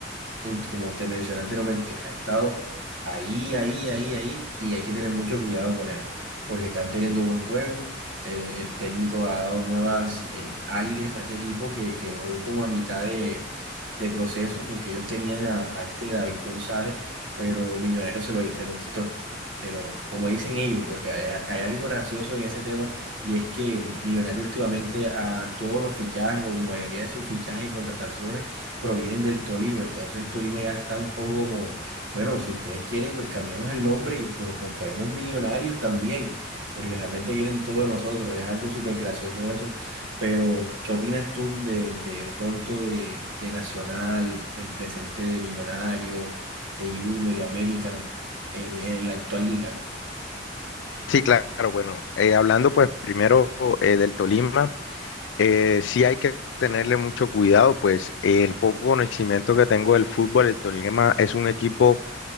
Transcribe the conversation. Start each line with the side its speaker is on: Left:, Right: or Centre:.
Right: ul- como te mencioné anteriormente, ha estado ahí, ahí, ahí, ahí, y hay que tener mucho cuidado con él, porque están teniendo buen juego. eh, el técnico ha dado nuevas eh, aires a ese equipo que quedó como a mitad de, de proceso, porque ellos tenían a, a este David González, pero Millonarios se lo, se lo quitó. se lo- como dicen ellos, porque hay, hay algo gracioso en ese tema, y es que Millonarios últimamente a todos los fichajes o mayoría de sus fichajes y contrataciones provienen del Tolima, entonces el Tolima ya está un poco como, bueno, si ustedes quieren, pues cambiamos el nombre y pues, nos ponemos millonarios también, porque realmente quieren todo de nosotros, es algo súper gracioso eso, pero ¿qué opinas tú de, de, de pronto de, de Nacional, del presente de Millonarios, de Junior y América en, en la actual liga?
Left: Sí, claro, bueno, eh, hablando pues primero eh, del Tolima, eh, sí hay que tenerle mucho cuidado, pues eh, el poco conocimiento que tengo del fútbol, el Tolima es un equipo